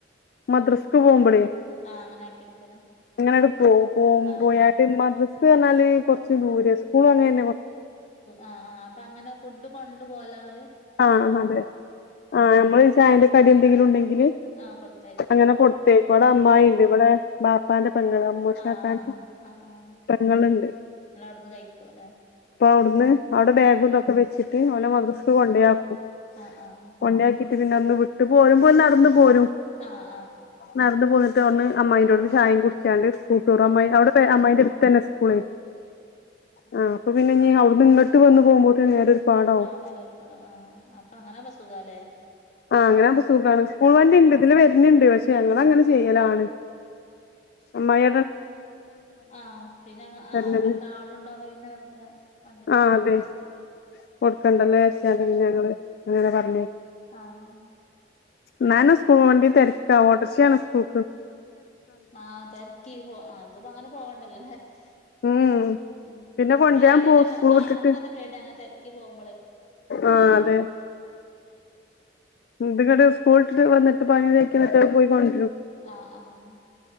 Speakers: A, on the left; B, on the left.
A: മദ്രസക്ക് പോകുമ്പളേ
B: ആഹ് അങ്ങനെ ആക്കി എടുക്കല
A: എങ്ങനെആൺണ്ട് പോകും പോ
B: ആഹ്
A: പോയാണ്ട് മദ്രസ എന്നാല് കുർച്ച് ദൂരെ സ്കൂളും അങ്ങനന്നെ.
B: ആ ആ അപ്പൊ അങ്ങനെ ഫുഡ് കൊണ്ടു പോവല്ലേ അവര്.
A: ആഹ് അതെ ആഹ് നമ്മള് ചായന്റെ കടി എന്തെങ്കിലും ഉണ്ടെങ്കില്.
B: ആഹ് കൊടുത്തയക്കും
A: അങ്ങനെ കൊടുത്തേക്കും ഇവിടെ അമായിണ്ട്
B: ആഹ്
A: ഇവടെ ബാപ്പാന്റെ പെങ്ങള് അമോഷാക്കാന്റെ
B: ആഹ് ആഹ് ആഹ്
A: പങ്ങളുണ്ട്.
B: നിങ്ങളവിടുന്ന് കഴിക്കും അല്ലെ
A: അപ്പൊ ഔട്ന്ന് അവിടെ ബാഗു
B: ഉം
A: തൊക്കെ വെച്ചിട്ട് ഓലെ മദ്രറസ്. കൊണ്ടോയാക്കും
B: ആഹ് ആഹ്
A: കൊണ്ടോയാക്കിട്ട് പിന്നെ ഒന്ന് വിട്ട് പോരുമ്പോൽ ന്നടന്ന് പോരും.
B: ആഹ്
A: നടന്ന് പോന്നിട്ട് ഒന്ന് അമ്മായിന്റോട്ന്ന് ചായേം കുടിച്ചാണ്ട് സ്കൂക്
B: ആഹ്
A: അമ്മായി അവിടെ അമ്മായിന്റെ അടുത്തന്നെ സ്കൂള് ആ അപ്പൊ പിന്നെ ഇനി ഔ അവ്ട്ന്ന് ഇങ്ങട്ട് വന്ന് പോവുമ്പോതേന് ഒരു പാടാവും.
B: ആഹ് നേരം ആഹ് അപ്പൊ അങ്ങനെ എ
A: ആഹ് അങ്ങനനാവുബോ സുഗാണ് സ്കൂൾ വണ്ടി ഇണ്ട് ഇതിലെ വര്ന്ന്ണ്ട് പക്ഷെ ഞങ്ങളങ്ങനെചെയ്യലാണ്. അമ്മായി
B: ആ പിന്നെ ആഹ്
A: തരലന്നെ
B: കിടക്കാൻ ആളുണ്ടാവു പിന്നെ വെറുതെ വണ്ടിക്ക്
A: ആഹ് അതെ
B: കൊടുക്കണ്ട. അ
A: കൊടുക്കണ്ടല്ലോ ചേര്ച്ചണ്ട് പിന്നെ ഞങ്ങള് ങ്ങനെ പറഞ്ഞ്
B: ആഹ്.
A: ന്നാല് സ്കൂ വണ്ടി തെരക്ക ഓട്ടർശെയെണ് സ്കൂൾ
B: ആ തെരക്കി പോ അത് അങ്ങനെ പോവണ്ടല്ലോല്ലേ.
A: ഉം.
B: ഉം ഉം
A: പിന്നെ കൊണ്ടരാൻ
B: പേടി
A: പോവും
B: ആണ് നമ്മുക്ക്
A: സ്കൂൾ
B: കാണുമ്പോ
A: വിട്ടിട്ട്
B: തന്നെ പേടി അങ്ങനെ തെരക്കി പോകുബെളെ.
A: ആഹ് അതെ. ഇത് ങ്ങണ്ട് സ്കൂള്ട്ട് വന്ന്ട്ട് പണി <unintelligible> പോയികൊണ്ട
B: ആഹ് ആഹ്.